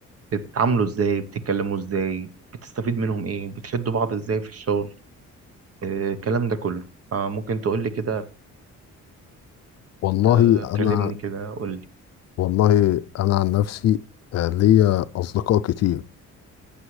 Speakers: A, on the right (about 50°); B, on the left (about 60°).
A: بتتعاملوا ازاي بتتكلموا ازاي بتستفيد منهم ايه بتشدوا بعض ازاي في الشغل آه، الكلام ده كله فممكن تقول لي كده
B: والله
A: آه،
B: انا
A: كلمني كده قول لي
B: والله انا عن نفسي آه، ليا اصدقاء كتير